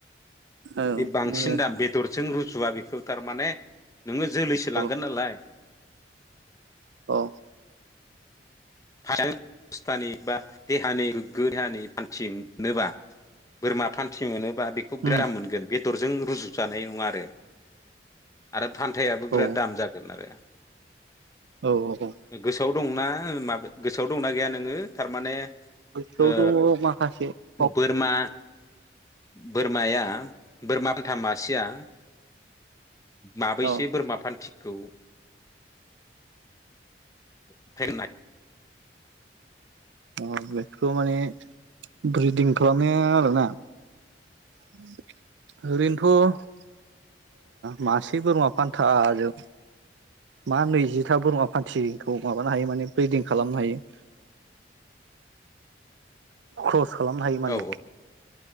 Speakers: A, on the right (about 85°); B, on the left (about 20°).
A: औ
B: बे बांसिन
A: मोनो
B: दाम बेदर जों रुजुवा बेखौ थारमाने नोङो जोलैसो लांगोन
A: औ
B: नालाय
A: औ।
B: ह अस्थानि बा देहानि गोग्गो देहानि फान्थिनोोबा बोरमा फान्थिं मोनोबा बेखौ
A: उम
B: बेराम मोनगोन। बेदरजों रुजुजानाय नङा आरो आरो फान्थायाबो बिराद
A: औ
B: दाम जागोन आरो।
A: औ औ औ।
B: गोसोआव दंना माब गोसोआव दंना गैया नोङो थारमाने
A: गोसोआव
B: ओ
A: दङ माखासे औ
B: बोरमा बोरमाया बोरमा फल्था मासेया माबैसो
A: औ
B: बोरमा फान्थि औ <unintelligible> <inaudible>
A: अ बेखौ माने ब्रिदिं खालामनाया आरोना ओरिनोथ' मासे बोरमा फान्था जों मा नैजिथा बोरमा फान्थिखौ माबानो हायो माने ब्रिदिं खालामनो हायो। क्रस खालामनो हायो माने
B: औ